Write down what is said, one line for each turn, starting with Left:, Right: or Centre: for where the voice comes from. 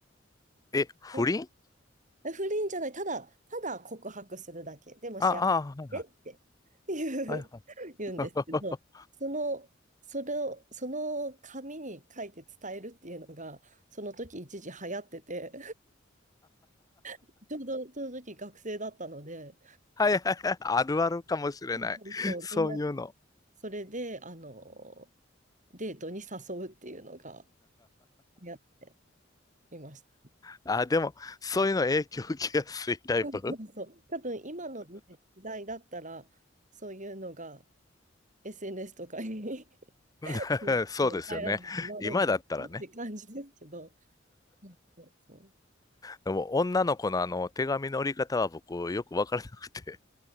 Left: え、不倫
Right: うん不倫じゃない、ただ、ただ告白するだけ。でも幸
Left: あ
Right: せねって言う、
Left: あ、はい、はい。
Right: <laughs> 言うんですけど、
Left: はい
Right: その、それを、その紙に書いて伝えるっていうのが、その時一時流行ってて、<laughs> ちょうどその時学生だったので、
Left: はいはいはい。<laughs> あるあるかもしれない。
Right: そうそう、
Left: そういうの。
Right: みんなで。それで、あの、デートに誘うっていうのが、やっていました。
Left: あ、でも、そういうの影響受けやすいタイプ
Right: そうそうそう。多分今のね、時代だったら、そういうのが SNS とかに <laughs>
Left: <laughs> そうですよね。
Right: で、バイラルになるんだろうなって感じですけど。
Left: 今だったらね。
Right: そうそうそう。
Left: でも、女の子のあの、手紙の折り方は僕、よくわからなくて。